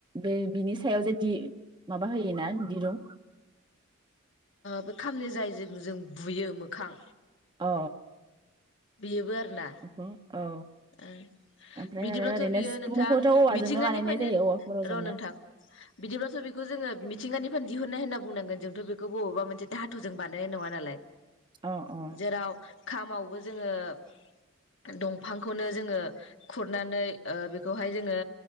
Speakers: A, on the right; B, on the left.
A: बे बिनि सायाव जेदि माबा होयोना दिरुं
B: बे खामनि जाय ज जों बुयो मोखां।
A: अ।
B: बेबो आरो ना
A: बेखौ औ
B: ओ
A: ओमफ्राय
B: बिदिब्लाथ'
A: आरो ओरैनो
B: बियो
A: सिफुंखौथ'
B: नोंथां
A: औवाजोंनो
B: मिथिंगानिफ्रायनो
A: बानायनाय जायो औवा खर'जोंनो
B: र' नोंथां बिदिब्लाथ' बेखौ जोङो मिथिंगानिफ्रायनो दिहुननाय होनना बुंनांगोन जोंथ' बेखौ बबावबा मोनसे धातुजों बानायनाय नङा नालाय।
A: अ अ
B: जेराव खामावबो जोङो दंफां खौनो जोङो खुरनानै ओ बेखौहाय जोङो